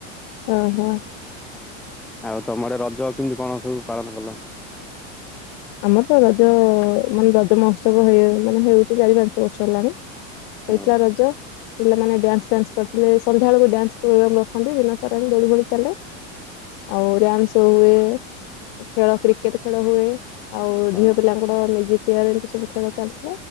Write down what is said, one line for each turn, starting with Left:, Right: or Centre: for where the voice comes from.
Left: ଓ ହୋ
Centre: ଆଉ ତମ ଆଡେ ରଜ କେମିତି କଣ ସବୁ ପାଳନ କଲ
Left: ଆମର ତ ରଜ ମାନେ ରଜ ମହୋତ୍ସବ ମାନେ ହଉଛି ଚାରି ପାଞ୍ଚ ବର୍ଷ ହେଲାଣି
Centre: ହଁ
Left: ହେଇଥିଲା ରଜ ପିଲାମାନେ ଡ୍ୟାନ୍ସ ଫ୍ୟାନ୍ସ କରିଥିଲେ ସନ୍ଧ୍ୟାବେଳ ଡାନ୍ସ ପ୍ରୋଗ୍ରାମ ରଖନ୍ତି ଦିନ ସାରା ଦୋଳି ଫଳି ଚାଲେ ଆଉ ଡ୍ୟାନ୍ସ ହୁଏ ଖେଳ କ୍ରିକେଟ ଖେଳ ହୁଏ ଆଉ
Centre: ହଁ
Left: ଝିଅ ପିଲାଙ୍କର ମ୍ୟୁଜିକ ଚେୟାର ଏମିତି ସବୁ ଖେଳ ଚାଲିଛି